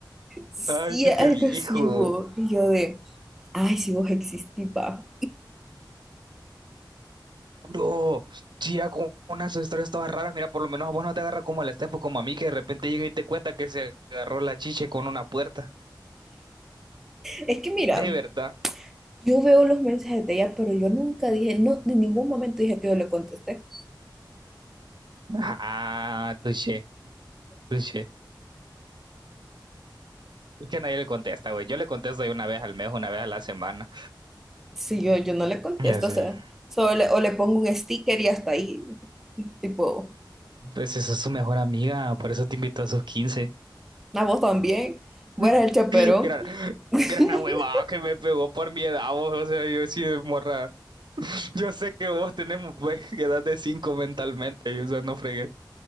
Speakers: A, in the centre; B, on the right.
A: Sí,
B: Ay, ¿qué
A: algo
B: te dijo?
A: así, vos. Y yo de, ay, si vos existís, va.
B: Bro, tía, con unas historias todas raras, mira, por lo menos a vos no te agarra como a la Estefo, como a mí, que de repente llega y te cuenta que se agarró la chiche con una puerta.
A: Es que mira,
B: De verdad.
A: Yo veo los mensajes de ella, pero yo nunca dije, no, en ningún momento dije que yo le contesté.
B: Ah, touché, touché. Que nadie le contesta, güey. Yo le contesto de una vez al mes, una vez a la semana.
A: Si yo, yo no le contesto,
B: Ya sé.
A: o sea, solo le- o le pongo un sticker y hasta ahí, tipo,
B: Pues esa es su mejor amiga, por eso te invitó a sus 15.
A: a vos también, fuera
B: <laughs>
A: el chaperón.
B: Gran,
A: <laughs>
B: gran huevada que me pegó por mi edad, vos. O sea, yo sí, morra. Yo sé que vos tenemos pues, <laughs> edad de 5 mentalmente, y, o sea, no fregues.